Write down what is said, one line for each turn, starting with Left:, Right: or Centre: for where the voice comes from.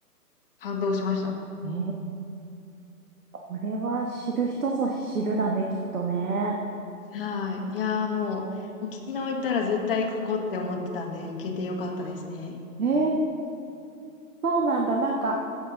Left: 感動しました。
Right: へえ、これは知る人ぞ知るだね、きっとね。
Left: はい。いやーもう、沖縄行ったら絶対ここって思ってたんで、行けてよかったですね。
Right: ええそうなんだ。なんか